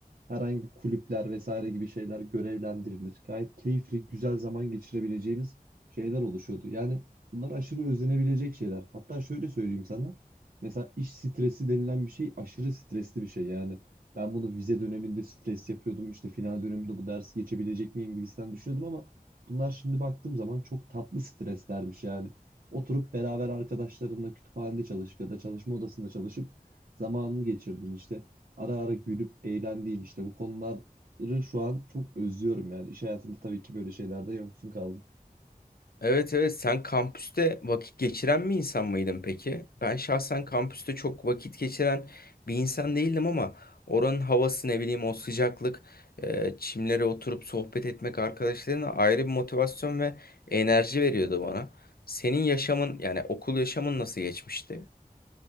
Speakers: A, on the right; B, on the left.
A: herhangi kulüpler vesaire gibi şeyler görevlendirilir. Gayet keyifli, güzel zaman geçirebileceğimiz şeyler oluşuyordu. Yani bunlar aşırı özlenebilecek şeyler. Hatta şöyle söyleyeyim sana. Mesela iş stresi denilen bir şey aşırı stresli bir şey. Yani ben bunu vize döneminde stres yapıyordum. İşte final döneminde bu dersi geçebilecek miyim gibisinden düşünüyordum ama bunlar şimdi baktığım zaman çok tatlı streslermiş yani. Oturup beraber arkadaşlarımla kütüphanede çalışıp ya da çalışma odasında çalışıp zamanını geçirdin işte ara ara gülüp eğlendiğin işte bu konuları şu an çok özlüyorum yani. İş hayatında tabii ki böyle şeylerde yoksun kaldım.
B: Evet evet sen kampüste vakit geçiren bir insan mıydın peki? Ben şahsen kampüste çok vakit geçiren bir insan değildim ama oranın havası ne bileyim o sıcaklık, e, çimlere oturup sohbet etmek arkadaşlarına ayrı bir motivasyon ve enerji veriyordu bana. Senin yaşamın yani okul yaşamın nasıl geçmişti?